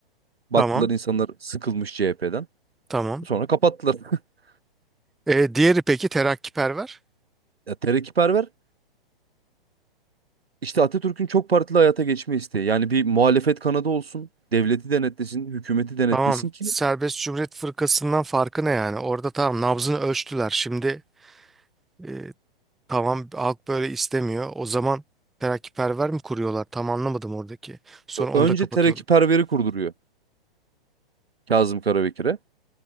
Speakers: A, on the right (about 80°); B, in the centre.
A: Baktılar
B: Tamam.
A: insanlar sıkılmış CHP'den.
B: Tamam.
A: Sonra kapattılar. <laughs>
B: E, diğeri peki terakkiperver?
A: Ya terakkiperver işte Atatürk'ün çok partili hayata geçme isteği. Yani bir muhalefet kanadı olsun, devleti denetlesin, hükümeti denetlesin
B: Tamam.
A: ki
B: Serbest Cumhuriyet Fırkası'ndan farkı ne yani? Orada tamam nabzını ölçtüler. Şimdi e, tamam halk böyle istemiyor. O zaman terakkiperver mi kuruyorlar? Tam anlamadım oradaki. Sonra
A: ö-
B: onu
A: önce
B: da kapatıyorlar.
A: terakkiperveri kurduruyor Kazım Karabekir'e.